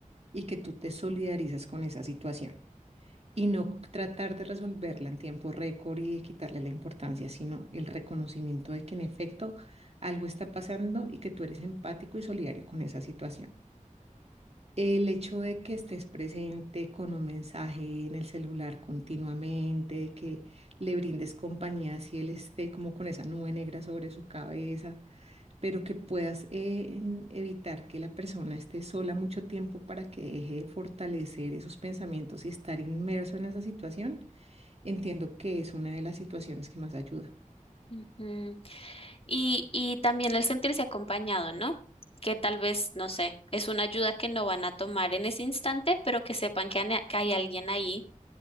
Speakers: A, on the right (about 50°); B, on the left (about 45°).
A: y que tú te solidarizas con esa situación. Y no tratar de resolverla en tiempo récord y de quitarle la importancia, sino el reconocimiento de que en efecto algo está pasando y que tú eres empático y solidario con esa situación. El hecho de que estés presente con un mensaje en el celular continuamente, de que le brindes compañía si él esté como con esa nube negra sobre su cabeza, pero que puedas eh, en- evitar que la persona esté sola mucho tiempo para que deje de fortalecer esos pensamientos y estar inmerso en esa situación, entiendo que es una de las situaciones que más ayuda.
B: Ujú. Y, y también el sentirse acompañado, ¿no? Que tal vez, no sé, es una ayuda que no van a tomar en ese instante, pero que sepan que, han- que hay alguien ahí